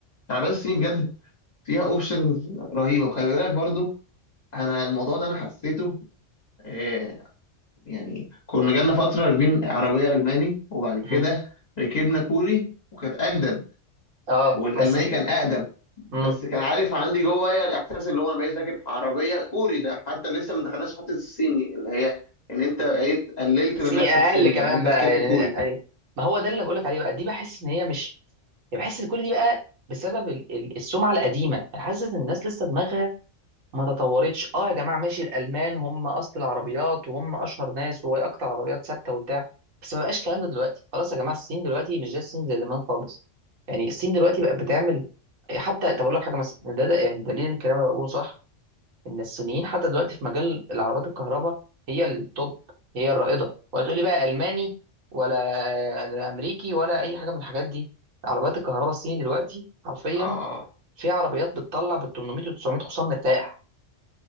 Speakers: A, on the left; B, on the right.
A: العربيه الصيني بجد فيها اوبشنز رهيبه وخلي بالك برضو انا الموضوع ده انا حسيته آه، يعني كنا جالنا فترة راكبين عربية ألماني وبعد كده
B: مم.
A: ركبنا كوري وكانت أجدد
B: اه
A: والألماني
B: بس
A: كان أقدم
B: مم.
A: بس كان عارف عندي جوايا الإحساس اللي هو أنا بقيت راكب عربية كوري ده حتى لسه ما دخلناش في حتة الصيني اللي هي إن أنت بقيت قللت
B: الصيني
A: من نفسك
B: اقل
A: سن
B: كمان
A: إن أنت
B: بقى
A: ركبت
B: يعني
A: كوري
B: يعني- ما هو ده اللي بقولك عليه بقى دي بحس ان هي مش يعني بحس ان كل دي بقى بسبب ال- ال- السمعه القديمه انا حاسس ان الناس لسه دماغها ما تطورتش اه يا جماعه ماشي الالمان هم اصل العربيات وهم اشهر ناس وهي اكتر عربيات ثابته وبتاع بس ما بقاش الكلام ده دلوقتي خلاص يا جماعه الصين دلوقتي مش زي الصين زي زمان خالص يعني الصين دلوقتي بقت بتعمل حتى طب اقول لك حاجه مثلا ده, ده يعني دليل الكلام اللي أنا بقوله صح ان الصينيين حتى دلوقتي في مجال العربيات الكهرباء هي التوب هي الرائده ولا تقولي بقى الماني ولا امريكي ولا اي حاجه من الحاجات دي عربيات الكهرباء الصيني دلوقتي حرفيا
A: آه
B: في عربيات بتطلع بال 800 و 900 حصان مرتاح